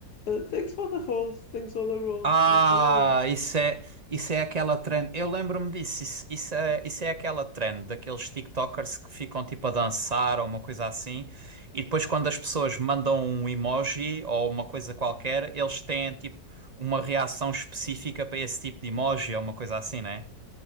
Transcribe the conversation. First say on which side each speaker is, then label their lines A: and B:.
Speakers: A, on the left (about 60°); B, on the right (about 50°).
A: "Ah, Thanks for the Rose, thanks for the Rose,
B: Ah,
A: thanks for the Rose.
B: isso é, isso é aquela trend. Eu lembro-me disso. Isso, isso é, isso é aquela trend daqueles TikTokers que ficam tipo a dançar ou uma coisa assim. E depois, quando as pessoas mandam um emoji ou uma coisa qualquer, eles têm tipo uma reação específica para esse tipo de emoji ou uma coisa assim, né?